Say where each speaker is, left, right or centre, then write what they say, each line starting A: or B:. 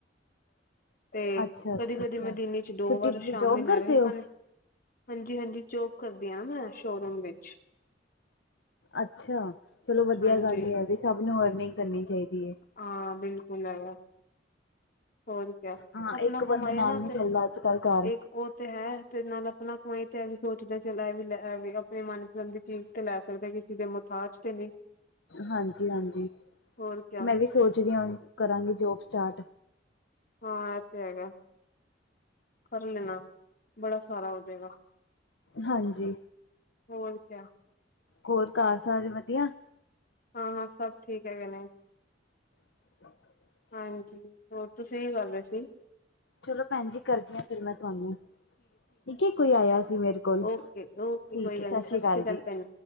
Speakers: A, on the left; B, on the left.
A: ਤੇ
B: ਅੱਛਾ,
A: ਕਦੀ
B: ਅੱਛਾ,
A: ਕਦੀ
B: ਅੱਛਾ।
A: ਮੈਂ ਦਿਨ ਚ ਦੋ
B: ਛੁੱਟੀ
A: ਵਾਰ
B: ਤੁਸੀਂ
A: ਸ਼ਾਮੀ
B: ਜੋਬ
A: ਨਾਰੀਅਲ
B: ਕਰਦੇ
A: ਪਾਣੀ
B: ਹੋ?
A: ਹਾਂਜੀ ਹਾਂਜੀ ਜੋਬ ਕਰਦੀ ਆ ਮੈਂ ਸ਼ੋਰੂਮ ਵਿੱਚ
B: ਅੱਛਾ ਚਲੋ ਵਧੀਆ
A: ਹਾਂਜੀ
B: ਗੱਲ ਹੈ ਵੀ ਸਭ ਨੂੰ ਅਰਨਿੰਗ ਕਰਨੀ ਚਾਹੀਦੀ ਹੈ
A: ਹਾਂ ਬਿਲਕੁਲ ਹੈਗਾ ਹੋਰ ਕਿਆ
B: ਹਾਂ
A: ਆਪਣਾ
B: ਇੱਕ ਬੰਦੇ
A: ਕਮਾਏ
B: ਨਾਲ
A: ਨਾ
B: ਨੀ
A: ਤੇ
B: ਚੱਲਦਾ ਅੱਜ ਕੱਲ ਘਰ।
A: ਇੱਕ ਉਹ ਤੇ ਹੈ ਤੇ ਨਾਲ ਆਪਣਾ ਕਮਾਈ ਤੇ ਐ ਵੀ ਸੋਚਦੇ ਸੀ ਆਏ ਮਹੀਨੇ ਲੈ ਵੀ ਆਪਣੀ ਮਨਪਸੰਦ ਦੀ ਚੀਜ਼ ਤੇ ਲੈ ਸਕਦੇ, ਕਿਸੇ ਦੇ ਮੁਥਾਜ ਤੇ ਨਹੀਂ
B: ਹਾਂਜੀ, ਹਾਂਜੀ
A: ਹੋਰ ਕਿਆ
B: ਮੈਂ ਵੀ ਸੋਚਦੀ ਹਾਂ ਕਰਾਂਗੀ ਜੋਬ ਸਟਾਰਟ
A: ਹਾਂ ਇਹ ਤੇ ਹੈਗਾ, ਕਰ ਲੈਣਾ ਬੜਾ ਸਾਰਾ ਹੋਜੇਗਾ।
B: ਹਾਂਜੀ
A: ਹੋਰ ਕਿਆ
B: ਹੋਰ ਘਰ ਸਾਰੇ ਵਧੀਆ
A: ਹਾਂ, ਹਾਂ ਸਭ ਠੀਕ ਹੈਗੇ ਨੇ।
B: <unintelligible>
A: ਹਾਂਜੀ ਹੋਰ ਤੁਸੀਂ ਕੀ ਕਰ ਰਹੇ ਸੀ।
B: ਚਲੋ ਭੈਣ ਜੀ ਕਰਦੀ ਹਾਂ ਫਿਰ ਮੈਂ ਤੁਹਾਨੂੰ ਠੀਕ ਹੈ, ਕੋਈ ਆਇਆ ਸੀ ਮੇਰੇ ਕੋਲ
A: ਓਕੇ ਓਕੇ
B: ਠੀਕ
A: ਕੋਈ ਗੱਲ
B: ਹੈ ਸਤਿ
A: ਨੀ
B: ਸ੍ਰੀ ਅਕਾਲ ਜੀ।
A: ਭੈਣ